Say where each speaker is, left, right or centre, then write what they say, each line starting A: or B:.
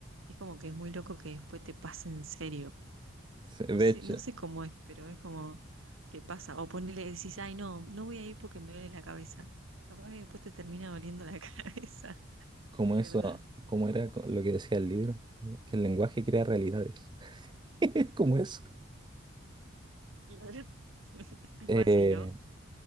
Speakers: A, on the right; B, on the right.
A: es como que es muy loco que después te pase en serio.
B: Sí, De
A: No sé,
B: hecho,
A: no sé cómo es, pero es como que pasa. O ponele, decís, ay, no, no voy a ir porque me duele la cabeza. Capaz que después te termina doliendo la <laughs> cabeza,
B: como
A: de verdad.
B: eso, como era co- lo que decía el libro, que el lenguaje crea realidades. <laughs> Como eso.
A: Claro. <laughs> Algo
B: Eh,
A: así, ¿no?